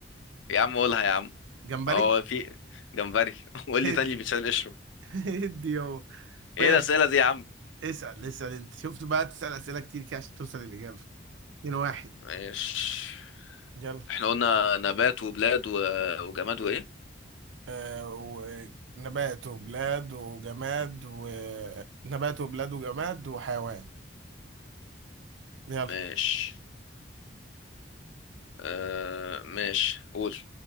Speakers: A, on the left; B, on the right.
A: يا عم قولها يا عم
B: جمبري
A: اه
B: <laughs>
A: في جمبري <laughs> قول
B: هد
A: لي تاني اللي بيتشال قشره
B: هد يابا
A: ايه
B: ماشي
A: الأسئلة دي يا عم
B: اسأل اسأل انت شفت بقى تسأل أسئلة كتير كده عشان توصل للإجابة اتنين واحد
A: ماشي
B: يلا
A: احنا قلنا نبات وبلاد و... وجماد وايه
B: آه ونبات وبلاد وجماد ونبات وبلاد وجماد وحيوان يلا
A: ماشي آه... ماشي قول